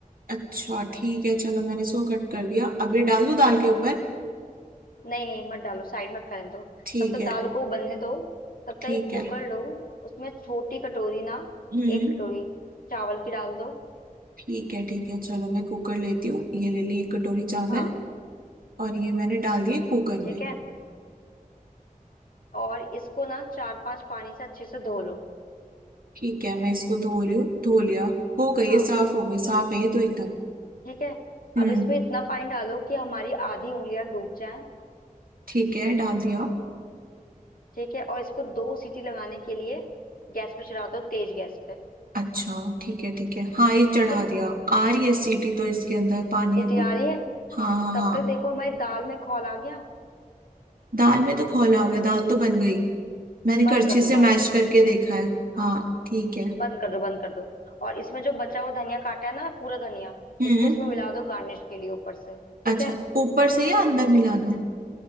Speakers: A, on the right (about 80°); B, on the left (about 75°).
A: अच्छा ठीक है चलो मैंने इसको कट कर दिया अब ये डाल दो दाल के ऊपर
B: नहीं नहीं मत डालो साइड में करने दो
A: ठीक
B: तब तक
A: है
B: दाल को उबलने दो तब
A: ठीक
B: तक एक कुकर
A: है
B: लो उसमें छोटी कटोरी ना
A: हम्म
B: एक कटोरी चावल की डाल दो
A: ठीक है ठीक है चलो मैं कुकर लेती हूँ ये ले ली एक कटोरी चावल
B: हाँ
A: और ये मैंने डाल दिए कुकर
B: ठीक
A: में
B: है और इसको ना चार पांच पानी से अच्छे से धो लो
A: ठीक है मैं इसको धो रही हूँ धो लिया हो गई
B: हाँ
A: ये साफ हो गई साफ है ये तो एकदम
B: ठीक है
A: हम्म
B: अब इसमें इतना पानी डालो कि हमारी आधी उंगलियां डूब जाएं
A: ठीक है डाल दिया
B: ठीक है और इसको दो सीटी लगाने के लिए गैस पे चढ़ा दो तेज गैस पे
A: अच्छा ठीक है ठीक है हाँ ये चढ़ा
B: ठीक है
A: दिया आ रही है सीटी तो इसके अंदर पानी
B: सीटी
A: अभी
B: आ रही है
A: हाँ हाँ
B: तब
A: हाँ
B: तक देखो हमारी दाल में खौल आ गया
A: दाल में तो खोल आ गया दाल तो बन गई मैंने करछी
B: बंद कर दो
A: से
B: दाल
A: मैश
B: की
A: करके देखा है
B: हाँ
A: हाँ ठीक है
B: बंद कर दो बंद कर दो और इसमें जो बचा हुआ धनिया काटा है ना पूरा धनिया
A: हम्म
B: इसको इसमें मिला दो गार्निश के लिए ऊपर से ठीक
A: अच्छा
B: है
A: ऊपर से या अंदर मिलाना है